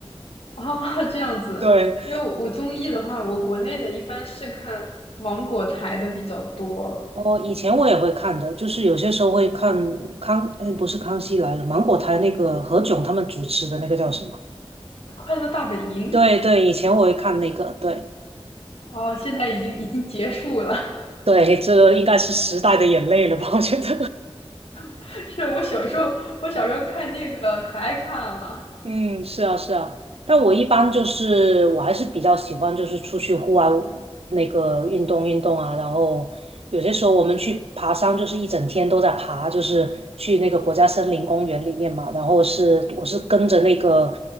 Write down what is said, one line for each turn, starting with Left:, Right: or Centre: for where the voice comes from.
Left: 啊，这样子。
Right: <laughs> 对。
Left: 因为我综艺的话，我国内的一般是看芒果台的比较多，
Right: 哦，以前我也会看的，就是有些时候会看康，呃，不是《康熙来了》，芒果台那个何炅他们主持的那个叫什么？
Left: 《快乐大本营》
Right: 对对，以前我会看那个，对
Left: 哦，现在已经已经结束了。
Right: 对，这个应该是时代的眼泪了吧？我觉得，
Left: <laughs> 是我小时候，我小时候看那个可爱看了，
Right: <laughs> 嗯，是啊是啊，但我一般就是我还是比较喜欢就是出去户外那个运动运动啊，然后有些时候我们去爬山，就是一整天都在爬，就是去那个国家森林公园里面嘛，然后是我是跟着那个